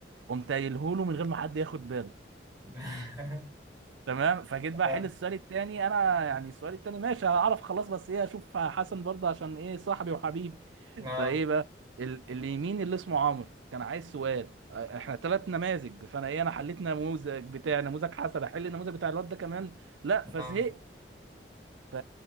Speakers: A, on the right; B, on the right.
A: قمت قايله له من غير ما حد ياخد باله
B: <laughs>
A: تمام فجيت بقى
B: آه
A: احل السؤال التاني انا يعني السؤال التاني ماشي هعرف خلاص بس ايه اشوف حسن برضه عشان ايه صاحبي وحبيبي
B: آه
A: فايه بقى ال- اليمين اللي اسمه عمرو كان عايز سؤال اه، احنا ثلاث نماذج فانا ايه انا حليت نموذج بتاع نموذج حسن احل النموذج بتاع الواد ده كمان لا فزهقت
B: آه
A: ف